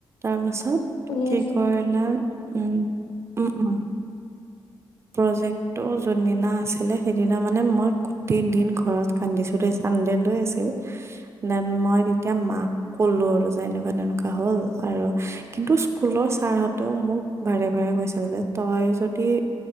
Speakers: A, on the right; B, on the left.
A: তাৰ পাছত
B: শুনি
A: কি
B: আছো
A: কৰিলা?
B: কোৱা
A: উম উম উম'। প্ৰজেক্টটো যোনদিনা আছিলে সেইদিনা মানে মই গোটেই দিন ঘৰত- কান্দিছো চানডেল লৈ আছিল দেন মই তেতিয়া মাক- কলো আৰু যে এনেকুৱা তেনেকুৱা হ'ল আৰু কিন্তু স্কুলৰ ছাৰ হতেও মোক- বাৰে বাৰে কৈছিল যে, তই যদি-